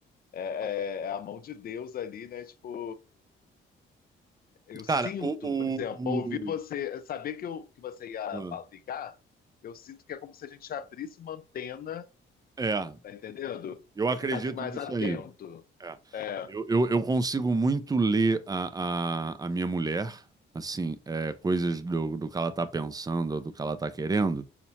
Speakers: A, on the left (about 50°); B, on the right (about 20°).
A: é, é é a mão de Deus ali, né? Tipo, eu sinto,
B: Cara, o, o,
A: por exemplo, ao ouvir você, saber que, eu, que você ia
B: o- ah,
A: fa- ligar, eu sinto que é como se a gente abrisse uma antena,
B: É,
A: tá entendendo?
B: eu
A: E
B: acredito
A: ficasse mais
B: nisso
A: atento.
B: aí. É.
A: É.
B: Eu, eu, eu consigo muito ler a, a, a minha mulher, assim, é, coisas do, do que ela tá pensando ou do que ela tá querendo.